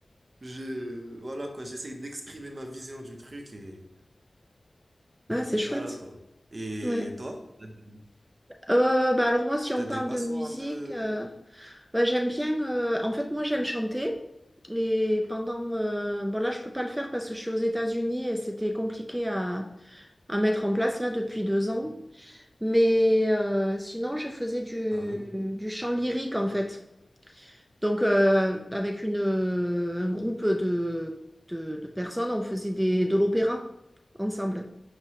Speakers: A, on the right; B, on the right.
A: Je, voilà quoi, j'essaye d'exprimer ma vision du truc et
B: Ah, c'est chouette.
A: voilà quoi. Et
B: Ouais.
A: toi, t'as des
B: Euh, bah alors moi, si on
A: t'as
B: parle
A: des passions
B: de musique...
A: un peu.
B: euh, Bah, j'aime bien, euh, en fait, moi, j'aime chanter. Et pendant, euh, bon, là, je peux pas le faire parce que je suis aux États-Unis et c'était compliqué à, à mettre en place, là, depuis deux ans. Mais euh, sinon, je faisais du,
A: Ah, ouais.
B: du chant lyrique, en fait. Donc, euh, avec une, euh, un groupe de, de, de personnes, on faisait des, de l'opéra ensemble.